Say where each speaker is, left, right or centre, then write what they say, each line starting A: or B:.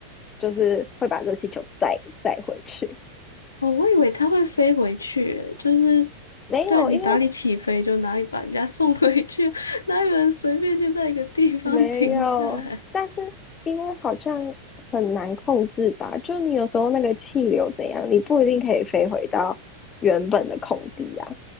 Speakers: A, on the left (about 20°); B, on the left (about 75°).
A: 就是会把热气球载载回去。
B: 哦，我以为它会飞回去欸就是
A: 没有，
B: 在你哪里起飞就哪里把人家送回去，
A: 因为
B: <laughs> 哪有人随便就在一个地方停下来？
A: 没有，但是因为好像很难控制吧，就你有时候那个气流怎样，你不一定可以飞回到原本的空地啊。